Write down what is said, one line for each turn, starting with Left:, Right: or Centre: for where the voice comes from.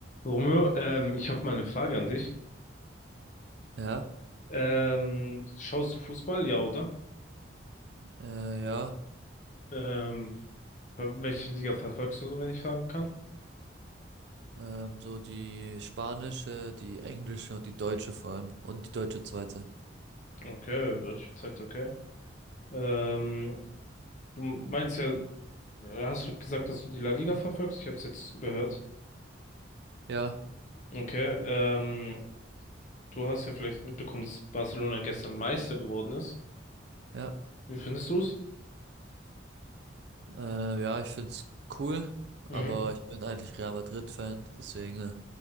Left: Romeo, ähm, ich habe mal eine Frage an dich.
Right: Ja,
Left: Ähm, schaust du Fußball, ja, oder?
Right: äh, ja,
Left: Ähm, ver- welche Liga verfolgst du so, wenn ich fragen kann?
Right: ähm, so die spanische, die englische und die deutsche vor allem und die deutsche zweite.
Left: Okay, welche Zeit, okay. Ähm, du meinst ja, hast du gesagt, dass du die La Liga verfolgst? Ich habe es jetzt überhört.
Right: Ja,
Left: Okay, ähm, du hast ja vielleicht mitbekommen, dass Barcelona gestern Meister geworden ist.
Right: ja,
Left: Wie findest du es?
Right: äh, ja, ich find's cool,
Left: Mhm.
Right: aber ich bin eigentlich Real Madrid-Fan, deswegen äh,